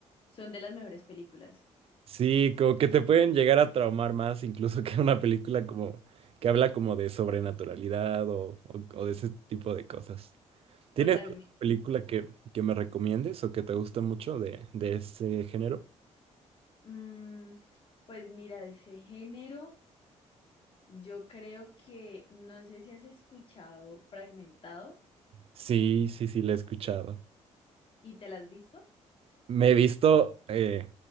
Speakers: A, on the left; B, on the right.
A: son de las mejores películas.
B: Sí, como que te pueden llegar a traumar más incluso que una película como que habla como de sobrenaturalidad o, o- o de ese tipo de cosas. ¿Tienes
A: Totalmente.
B: alguna película que, que me recomiendes o que te guste mucho de, de ese género?
A: Mm, pues mira, de ese género, yo creo que, no sé si has escuchado Fragmentado.
B: Sí, sí, sí, la he escuchado.
A: ¿Y te la has visto?
B: Me he visto, eh,